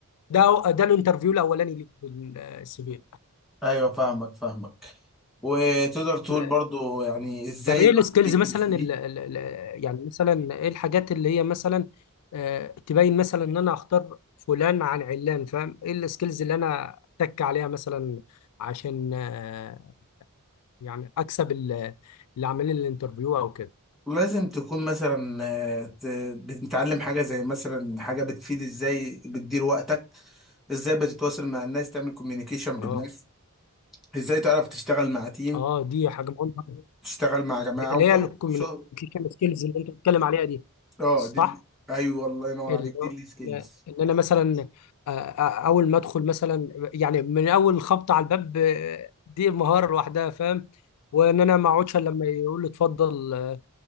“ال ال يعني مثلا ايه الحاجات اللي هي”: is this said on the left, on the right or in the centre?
Left